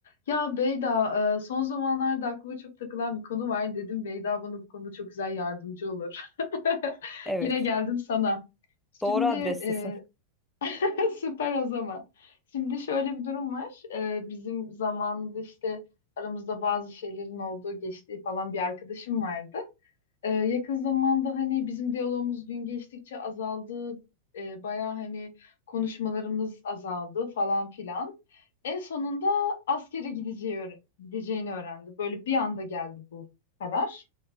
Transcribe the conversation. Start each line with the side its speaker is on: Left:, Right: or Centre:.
Left: Ya Beyda, e, son zamanlarda aklıma çok takılan bir konu var. Dedim Beyda bana bu konuda çok güzel yardımcı olur. <laughs>
Centre: Evet.
Left: Yine geldim sana.
Centre: Doğru
Left: Şimdi
Centre: adrestesin.
Left: e, <laughs> süper o zaman. Şimdi şöyle bir durum var. E, bizim zamanında işte aramızda bazı şeylerin olduğu, geçtiği falan bir arkadaşım vardı. Ee, yakın zamanda hani bizim diyalogumuz gün geçtikçe azaldı. Ee, bayağı hani konuşmalarımız azaldı falan filan. En sonunda askere gideceği öğre- gideceğini öğrendi. Böyle bir anda geldi bu karar.